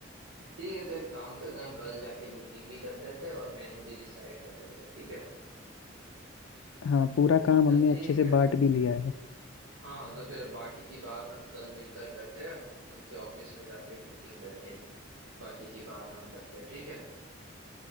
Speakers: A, on the right; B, on the left.
A: ठीक है तो एक काम करते हैं हम कल जाके बुकिंग भी कर देते हैं और मेनू भी डिसाइड कर लेते हैं ठीक है
B: हाँ पूरा काम
A: तो
B: हमने
A: ठीक
B: अच्छे से
A: है
B: बांट भी लिया है
A: हाँ तो फिर बाकी की बात हम कल मिलकर करते हैं उनके ऑफिस में जाके बुकिंग करके बाकी की बात हम करते हैं ठीक है